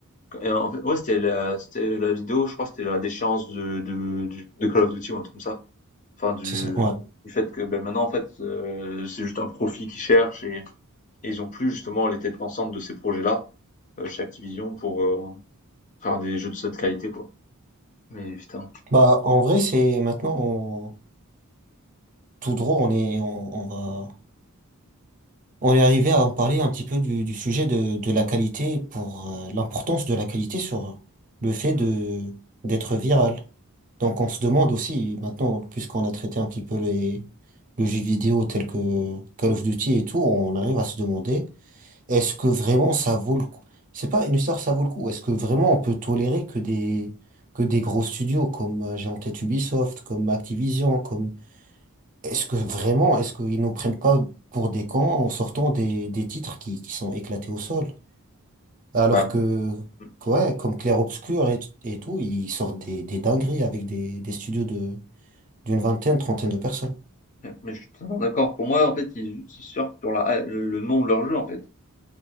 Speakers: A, on the left; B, on the right.
A: Et en fait, ouais, c'était la, c'était la vidéo, je crois, que c'était la déchéance de, de, du- de Call of Duty ou un truc comme ça. Enfin du
B: c'est ça, ouais.
A: du fait que, bah, maintenant en fait, heu, c'est juste un profit qu'ils cherchent et et ils ont plus justement les têtes pensantes de ces projets-là, heu, chez Activision pour, heu, faire des jeux de cette qualité quoi. Mais putain.
B: Bah, en vrai, c'est maintenant, tout droit, on est, on, on va, on est arrivé à en parler un petit peu du, du sujet de, de la qualité pour euh, l'importance de la qualité sur le fait de,
A: Mmh.
B: d'être viral. Donc on se demande aussi, maintenant, puisqu'on a traité un petit peu les, le jeu vidéo tel que Call of Duty et tout, on arrive à se demander, est-ce que vraiment ça vaut le coup? C'est pas une histoire, ça vaut le coup. Est-ce que vraiment on peut tolérer que des, que des gros studios comme euh, j'ai en tête Ubisoft, comme Activision, comme est-ce que vraiment, est-ce qu'ils nous prennent pas pour des cons en sortant des, des titres qui, qui sont éclatés au sol? Alors
A: Bah,
B: que,
A: mmh,
B: ouais, comme Clair Obscur et, et tout, ils sortent des, des dingueries avec des, des studios de, d'une vingtaine, trentaine de personnes.
A: mais mais je suis totalement d'accord. Pour moi en fait, ils ils surfent sur la, le le nom de leur jeu en fait.